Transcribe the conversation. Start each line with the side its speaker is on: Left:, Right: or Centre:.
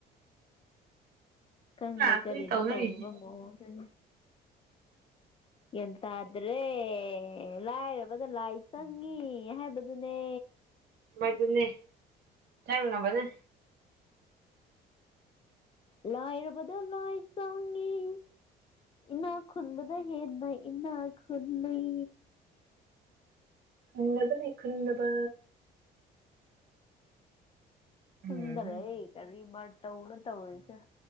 Left: ꯈꯪꯗꯦ
Right: ꯉꯥꯛꯇꯅꯤ
Left: ꯀꯔꯤꯅꯣ
Right: ꯇꯧꯅꯔꯤꯁꯦ
Left: ꯇꯧꯔꯤꯕ ꯃꯑꯣꯡꯁꯤꯅꯦ ꯒ꯭ꯌꯥꯟꯇꯗ꯭ꯔꯦ ꯂꯥꯏꯔꯕꯗ ꯂꯥꯏ ꯆꯪꯉꯤ ꯍꯥꯏꯕꯗꯨꯅꯦ
Right: ꯃꯗꯨꯅꯦ ꯆꯪꯅꯕꯅꯦ
Left: ꯂꯥꯏꯔꯕꯗ ꯂꯥꯏ ꯆꯪꯉꯤ ꯏꯅꯥꯛ ꯈꯨꯟꯕꯗꯩ ꯍꯦꯟꯅ ꯏꯅꯥꯛ ꯈꯨꯜꯂꯤ
Right: ꯈꯨꯟꯗꯕꯅꯤ ꯈꯨꯟꯗꯕ
Left: ꯌꯨꯝꯗ
Right: ꯎꯝ
Left: ꯂꯩ ꯀꯔꯤ ꯃꯇꯧꯅꯣ ꯇꯧꯔꯤꯁꯦ